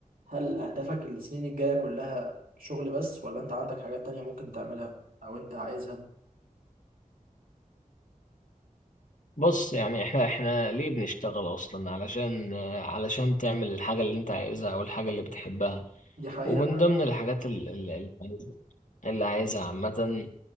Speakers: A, on the right; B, on the left.
A: هل أهدافك السنين الجاية كلها شغل بس ولا أنت عندك حاجات تانية ممكن تعملها أو أنت عايزها؟
B: بص يعني احنا احنا ليه بنشتغل اصلا علشان علشان تعمل الحاجة اللي انت عايزها او الحاجة اللي بتحبها
A: دي حقيقة
B: ومن
A: فعلا
B: ضمن الحاجات ال- ال- اللي عايزها اللي عايزها عامة